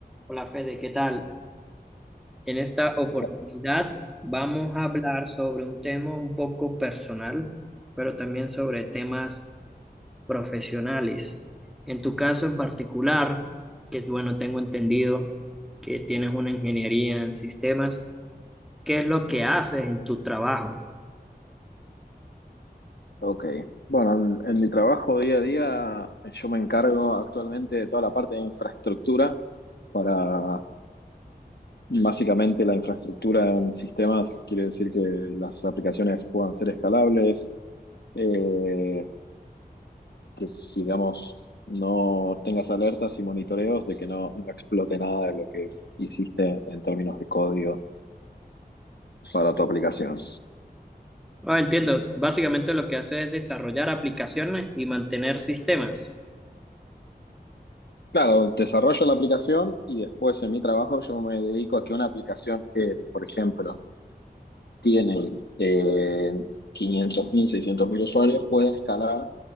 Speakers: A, in the centre; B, on the left.
A: Hola Fede, ¿qué tal? En esta oportunidad
B: Está-
A: vamos a hablar sobre un tema un poco personal, pero también sobre temas profesionales. En tu caso en particular, que bueno, tengo entendido que tienes una ingeniería en sistemas, ¿qué es lo que haces en tu trabajo?
B: Ok, bueno, en, en mi trabajo día a día yo me encargo actualmente de toda la parte de infraestructura para básicamente la infraestructura en sistemas, quiere decir que las aplicaciones puedan ser escalables, eh, que digamos no tengas alertas y monitoreos de que no, no explote nada de lo que hiciste en términos de código para tu aplicación.
A: Ah, entiendo, básicamente lo que haces es desarrollar aplicaciones y mantener sistemas.
B: Claro, desarrollo la aplicación y después en mi trabajo yo me dedico a que una aplicación que, por ejemplo, tiene eh, quinientos mil, seiscientos mil usuarios pueda escalar